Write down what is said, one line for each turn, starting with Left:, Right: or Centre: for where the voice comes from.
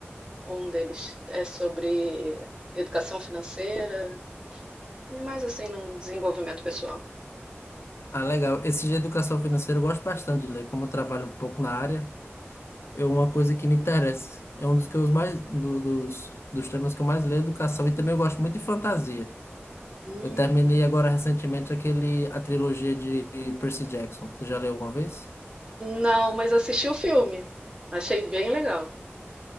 Right: um deles é sobre educação financeira e mais assim num desenvolvimento pessoal.
Left: Ah, legal. Esse de educação financeira eu gosto bastante de ler, como eu trabalho um pouco na área, é uma coisa que me interessa. É um dos que eu mais do- dos, dos temas que eu mais leio, é educação, e também eu gosto muito de fantasia.
Right: Hum.
Left: Eu terminei agora recentemente aquele a trilogia de Percy Jackson. Você já leu alguma vez?
Right: Não, mas assisti o filme. Achei bem legal.